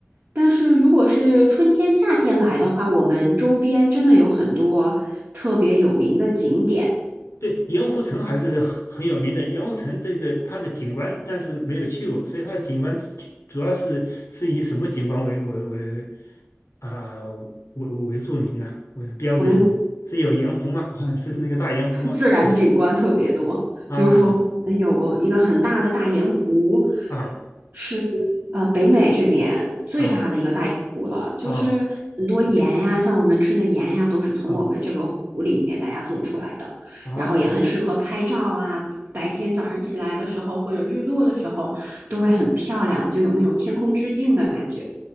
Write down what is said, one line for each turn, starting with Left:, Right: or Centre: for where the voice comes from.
Right: 但是如果是春天、夏天来的话，我们周边真的有很多特别有名的景点，
Left: 对，盐湖城还是很很有名的。盐湖城这个它的景观，但是没有去过，所以它的景观主主要是是以什么景观为为为啊、为为为著名呢、为标志性的，
Right: 我们。
Left: 是有盐湖吗？<laughs> 是那个大盐湖吗？
Right: 自然景观特别多。
Left: 嗯啊
Right: 比如说，我们有一个很大的大盐湖，
Left: 啊啊
Right: 是呃北美这边最大的一个大盐湖了，
Left: 啊
Right: 就是很多盐呀，
Left: 啊啊
Right: 像我们吃的盐呀，都是从我们这个湖里面大家做出来的，
Left: 哦哦
Right: 然后也很适合拍照啊。白天早上起来的时候，或者日落的时候，都会很漂亮，就有那种天空之镜的感觉。